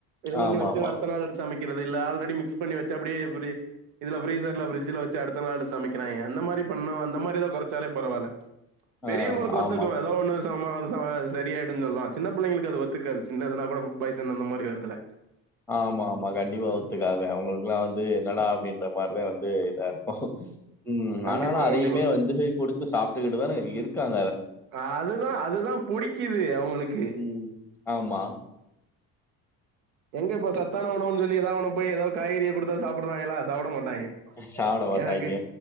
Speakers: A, on the right; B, in the centre.
A: இது பண்ணி
B: ஆமாமாமா.
A: வச்சு அடுத்த நாள் எடுத்து சமைக் றது இல்ல ஆல்ரெடி மிக்ஸ் பண்ணி வச்சு அப்பிடியே ஃப்ரி இதுல ஃபிரீசர்ல ஃபிரட்ஜுல வச் ச்சு அடுத்த நாள் சமைக்கிறாய்ங்க அந்த மாரி பண்ணுவ அந்த மாரி இதக் கொறச்சாலே பரவால்ல பெரியவங்களுக்கு
B: ஆ
A: ஒத்துக்கு
B: ஆமா.
A: ஏதோ ஒண்ணு <unintelligible> சரியாயிடுன்னு சொல்லலா சின்ன பிள்ளைங்களுக்கு அது ஒத்துக்காது சின்னதுன்னா கூட ஃபுட் பாய்சன் அந்த மாரி வருதுல்ல
B: ஆமா ஆமா கண்டிப்பா ஒத்துக்காது அவங்களுக்குலா வந்து என்னடா அப்பிடின்ற மாரிதா வந்து இதா இருக் உம்
A: கண்டிப்பா
B: ஆனாலு அதையுமே
A: கண்டிப்பா
B: வந்து குடுத் து சாப்ட்டுக்கிட்டுதான இருக்காங்
A: அ அதுதா அதுதா புடிக்குது அவங்களுக்கு
B: ம். ஆமா
A: எங்க இப்ப சத்தான உணவுன் சொல்லி எதா ஒன்ன போய் எதாவ்து காய்கறிய குடுத்தா சாப்புடுறாய்ங்களா சாப்புட மாட்டாய்ங்க
B: சாப்பிட மாட்டாய்ங்க.
A: எனக்கு